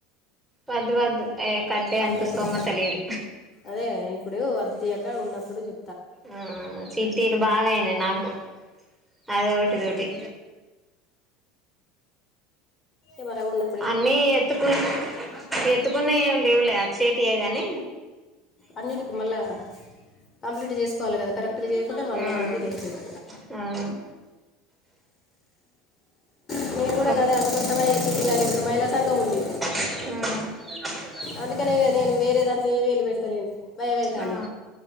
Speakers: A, in the centre; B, on the left.
A: వద్దు వద్దు యే కట్టే
B: అయినప్పుడు
A: అంత స్థోమత లేదు
B: అదే ఇప్పుడు వద్దు తియ్యక ఉన్నప్పుడు జె
A: ఆ చిట్టీలు బాగా అయినాయి నాకు అదోకటి ఇదొకటి
B: ఎవరం ఉన్నా
A: అన్నీ ఎత్తుకు ఎత్తుకున్నా ఎం లేవులే అచ్చేట్టియే గానీ
B: అన్నిటికి మళ్ళా కంప్లీట్ చేసుకోవల కదా కరెక్ట్గా చెయ్యక పోతే, మళ్ళ
A: ఉమ్
B: మనాకి ఇది అయితది.
A: అవును
B: నేను కూడా
A: ఒక్
B: గదే అందుకోసమే ఏసి పిల్లాలి దుబాయ్ లో సంఘం ఉంది.
A: మ్
B: అందుకనే గదే వేరే దాంట్లో ఏలు పెడతాలేను భయం అయితంది.
A: ఆ